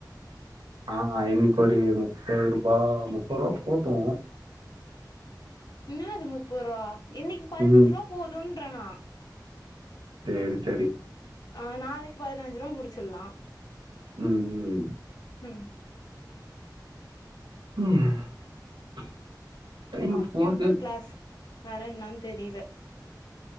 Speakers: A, on the right; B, on the left.
A: ஆ இனக்கு ஒரு முப்பது ரூபா முப்பது ரூபா போத்து
B: என்ன அது முப்பது ரூவா இன்னைக்கு பதிஞ்சு
A: ம்
B: ரூவா போதுன்றண்ணா
A: சேரி சரி
B: ஆ நாளைக்கு பதினஞ்சுரூபா முடிச்சிட்லா
A: ம் ம்
B: ம்
A: ம் டைம்
B: இந்த கம்ப்யூட்டர்
A: போகிறது
B: க்ளாஸ் வேற என்னான்னு தெரியல